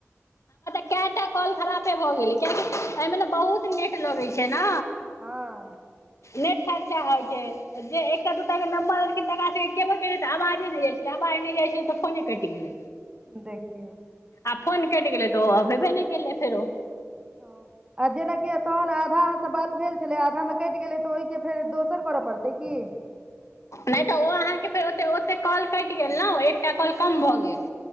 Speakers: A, on the left; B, on the right.
A: कै टा कॉल खरापे भऽ गेले कियाकि ए मे ने बहुत नेट लगे छै छैना
B: हँ
A: नेट खर्चा होय छै त जे एकटा दूटा के नंबर देलखिन तकरा सब के त आवाजे ने जाय छै अबाज नै जाइ छै तऽ फोने कइटगेल
B: देखिय
A: आ फोन कैट गेलै त अभे भ नहि केलै फेरो
B: ऊं आ जेनाकि तहन आधा अहाँसँ बात भेल छलै आधामे कटि गेलै तऽ ओहिके फेर दोसर कर पड़तै की
A: नै तऽ ओ अहाँके फेर ओतेक कॉल कटि गेल ने एकटा कॉल कम भऽ गेल